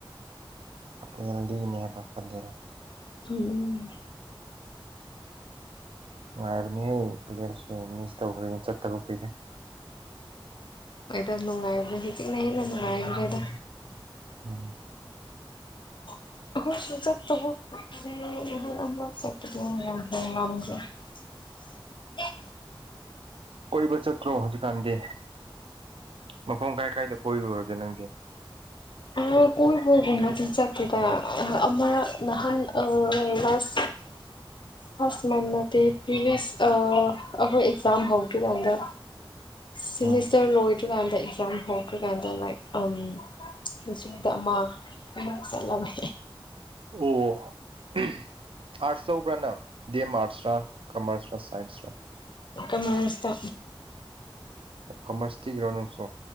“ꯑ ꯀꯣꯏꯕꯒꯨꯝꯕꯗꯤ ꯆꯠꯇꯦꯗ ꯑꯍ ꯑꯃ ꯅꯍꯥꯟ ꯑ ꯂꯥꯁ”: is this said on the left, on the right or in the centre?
Left